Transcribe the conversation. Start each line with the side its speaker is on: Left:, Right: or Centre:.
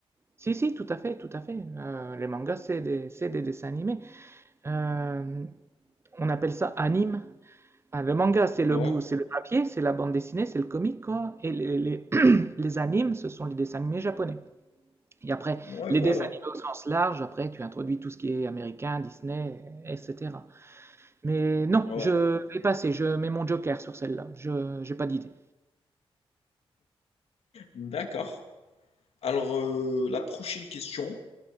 Right: Si, si, tout à fait, tout à fait. Euh, les mangas, c'est des, c'est des dessins animés. Euh, on appelle ça anime. Ah, le manga, c'est le
Left: Ouais,
Right: bout, c'est le papier, c'est la bande dessinée, c'est le comic, quoi. Et les, les, <clears throat> les animes, ce sont les dessins animés japonais. Et après,
Left: ouais,
Right: les
Left: voilà.
Right: dessins animés au sens large, après, tu introduis tout ce qui est américain, Disney, etc. Mais non,
Left: Ouais,
Right: je vais passer, je mets mon joker sur celle-là. Je n'ai pas d'idée.
Left: d'accord. Alors, euh, la prochaine question,